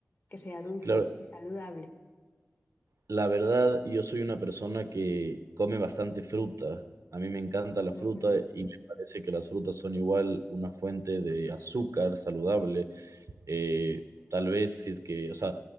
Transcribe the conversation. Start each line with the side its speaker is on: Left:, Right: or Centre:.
Left: Que sea dulce
Right: Claro,
Left: y saludable.
Right: la verdad, yo soy una persona que come bastante fruta. A mí me encanta la fruta
Left: Ujú.
Right: y me parece que las frutas son igual una fuente de azúcar saludable. Eh, tal vez si es que, o sea,